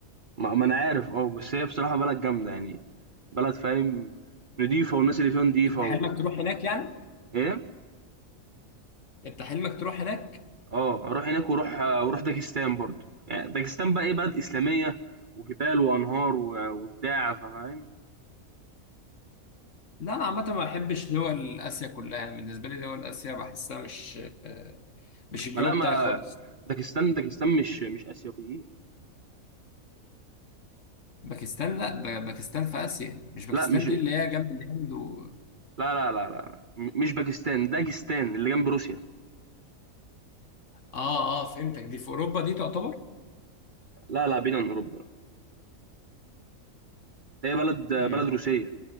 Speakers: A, on the right; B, on the left.
A: ما ما انا عارف اه بس هي بصراحة بلد جامدة يعني بلد فاهم نضيفة والناس اللي فيها نضيفة
B: انت حلمك
A: و
B: تروح هناك يعني
A: ايه
B: انت حلمك تروح هناك
A: اه اروح هناك واروح واروح داجستان برضو يعني داجستان بقى ايه بلد اسلامية وجبال وانهار و- وبتاع فاهم
B: لا انا عامة ما بحبش دول اسيا كلها بالنسبة لي دول اسيا بحسها مش آه، مش الجو
A: ما لا ما
B: بتاعي خالص
A: داجستان داجستان مش مش اسيويين
B: باكستان لا ب- باكستان في اسيا مش باكستان
A: لا مش
B: دي
A: لا
B: اللي هي جنب الهند و...
A: لا لا لا لا. م- مش باكستان داجستان اللي جنب روسيا
B: اه اه فهمتك دي في اوروبا دي تعتبر
A: لا لا بعيد عن اوروبا هي بلد بلد
B: مم.
A: روسية